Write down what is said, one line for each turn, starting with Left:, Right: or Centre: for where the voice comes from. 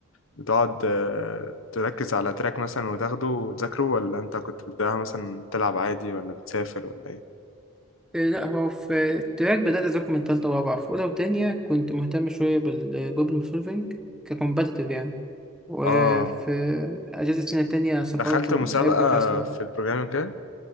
Left: بتقعد آه، تركز على تراك مثلا وتاخده وتذاكره ولا انت كنت بتضيعها مثلا تلعب عادي ولا بتسافر ولا ايه؟
Centre: إيه لا هو في التراك بدأت أذاكر من تالتة ورابعة في أولى وتانية كنت مهتم شوية بالبروبلم سولفينج ككومبتيتيف يعني وفي
Left: اه
Centre: أجازة سنة تانية سافرت
Left: دخلت
Centre: مسابقة
Left: مسابقة
Centre: بتاع سكرين
Left: في البروجرامينج كده